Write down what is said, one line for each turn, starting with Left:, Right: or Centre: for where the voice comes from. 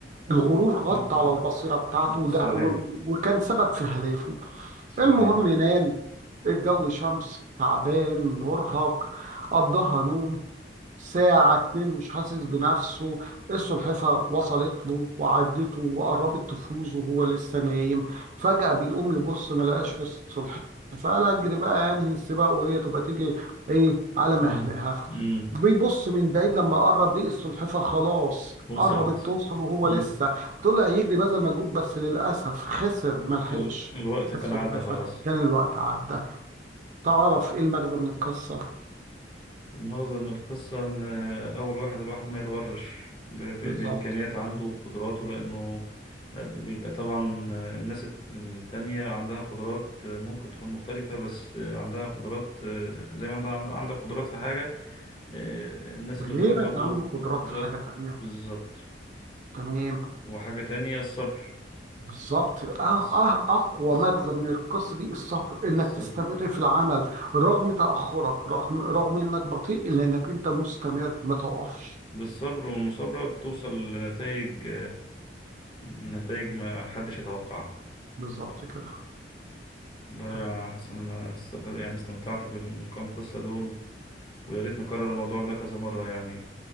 Right: الغرور غطى
Left: مم.
Right: على البصيرة بتاعته
Left: مم.
Right: وده
Left: صحيح
Right: و- و- وكان سبب في هلاكه
Left: صحيح
Right: المهم نام الجو شمس تعبان مرهق قضاها نوم ساعة اتنين مش حاسس بنفسه السلحفة وصلت له وعدته وقربت تفوز وهو لسه نايم فجأة بيقوم يبص ما لقاش السلحفة فقال أجري بقى أنهي السباق وهي تبقى تيجي إيه على
Left: مم.
Right: مهلها
Left: مم.
Right: بيبص من بعيد لما قرب ليه السلحفة خلاص
Left: وصلت
Right: قربت توصل وهو
Left: مم.
Right: لسه طلع يجري بذل مجهود بس للأسف خسر ملحقش
Left: ال... الوقت كان
Right: السلحفة
Left: عدى خلاص
Right: كان الوقت عدى تعرف إيه المغزى من القصة
Left: المغزى من القصة إن آه، أول واحد الواحد ما يتغرش ب... ب...
Right: بالظبط
Left: بإمكانيات عنده وقدراته لأنه آه، بيبقى طبعا آه، الناس الت- التانية عندها قدرات آه، ممكن تكون مختلفة بس آه، عندها قدرات آه، زي ما عندها عندك قدرات في حاجة آه، الناس
Right: غيرك
Left: اللي قدامك برضو
Right: عنده قدرات
Left: قدرات
Right: في حاجة تانية
Left: بالظبط
Right: تمام
Left: وحاجة تانية الصبر
Right: بالظبط آه
Left: الص-
Right: آه أقوى
Left: الص-
Right: مغزى من القصة دي الصبر إنك
Left: الصبر
Right: تستمر في العمل رغم تأخرك رغم رغم إنك بطيء إلا إنك أنت مستمر ما تقفش
Left: بالصبر والمثابرة بتوصل لنتائج نتائج ما حدش يتوقعها
Right: بالظبط كده
Left: والله يا
Right: طب
Left: حسن أنا استفاد يعني استمتعت بالكام قصة دول ويا ريت نكرر الموضوع ده كذا مرة يعني